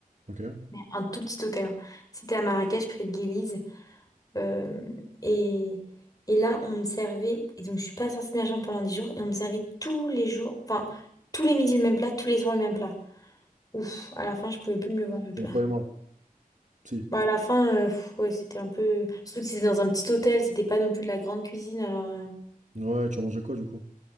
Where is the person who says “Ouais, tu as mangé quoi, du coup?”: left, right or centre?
Right